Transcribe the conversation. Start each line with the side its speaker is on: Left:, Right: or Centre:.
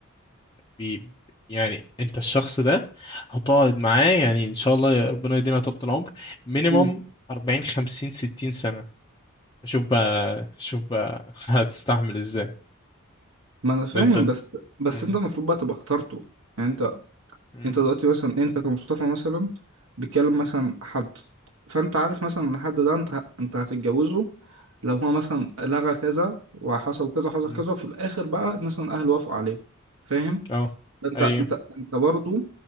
Left: بي يعني انت الشخص ده هتقعد معاه يعني ان شاء الله يا ربنا يدينا طول العمر مينيمم
Right: مم.
Left: 40 50 60 سنة شوف بقى شوف بقى <laughs> هتستحمل ازاي
Right: ما انا فاهم
Left: ده انت
Right: بس بس
Left: مم.
Right: انت المفروض بقى تبقى اخترته يعني انت
Left: مم.
Right: انت دلوقتي مثلا انت كمصطفى مثلا بتكلم مثلا حد فانت عارف مثلا ان الحد ده انت انت هتتجوزه لو هو مثلا لغى كذا وحصل كذا وحصل
Left: مم.
Right: كذا وفي الاخر بقى مثلا اهله وافقوا عليه فاهم
Left: اه
Right: انت
Left: ايوه
Right: انت انت برضه